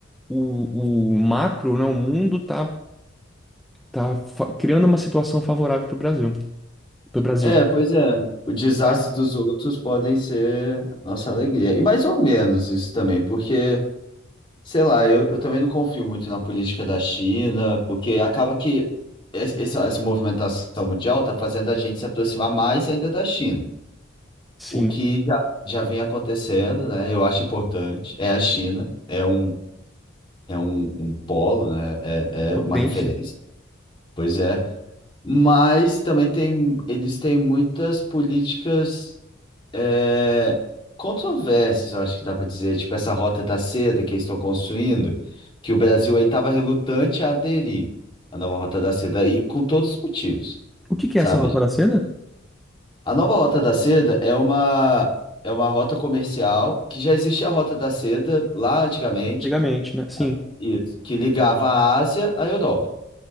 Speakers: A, in the centre; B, on the left (about 25°).
A: o, o macro, né, o mundo tá, tá fa- criando uma situação favorável para o Brasil, para o Brasil,
B: É, pois é. O desastre
A: né?
B: dos outros podem ser nossa alegria. E mais ou menos isso também, porque Sei lá, eu, eu também não confio muito na política da China, porque acaba que es- essa, essa movimentação mundial está fazendo a gente se aproximar mais ainda da China,
A: Sim,
B: o que já, já vinha acontecendo, né? Eu acho importante. É a China, é um, é um, um polo, né? É, é
A: potência.
B: uma referência Pois é. Mas também tem, eles têm muitas políticas é, controversas, eu acho que dá para dizer. Tipo, essa Rota da Seda que eles estão construindo, que o Brasil aí estava relutante a aderir à nova Rota da Seda, e com todos os motivos,
A: O que que
B: sabe?
A: é essa mafra da seda?
B: A nova Rota da Seda é uma, é uma rota comercial que já existia a Rota da Seda lá antigamente,
A: Antigamente, né? Sim.
B: sabe? Isso, que ligava a Ásia à Europa.